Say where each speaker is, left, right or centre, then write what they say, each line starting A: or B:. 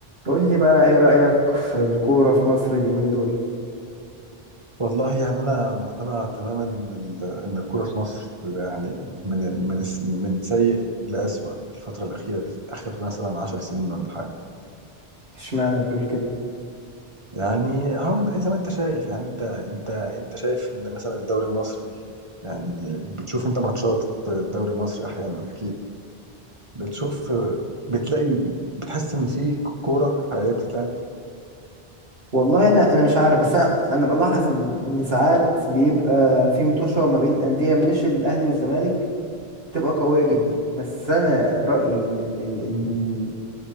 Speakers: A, on the right; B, on the right.
A: قول لي بقى ايه رأيك في الكورة في مصر اليومين دول
B: والله يعني أنا مقتنع تماما إن ال- إن الكورة في مصر يعني من من من سيء لأسوأ الفترة الأخيرة دي في آخر مثلا عشر سنين ولا حاجة
A: اشمعنى بتقول كده
B: يعني هو زي ما أنت شايف يعني أنت أنت أنت شايف إن مثلا الدوري المصري يعني بتشوف أنت ماتشات الدوري المصري أحيانا أكيد بتشوف بتلاقي بتحس إن في كورة حقيقية بتتلعب
A: والله انا انا مش عارف بس انا انا بلاحظ ان ان ساعات بيبقى في مطوشه ما بين انديه مش الاهلي والزمالك بتبقى قويه جدا بس انا رايي ان ال ال ال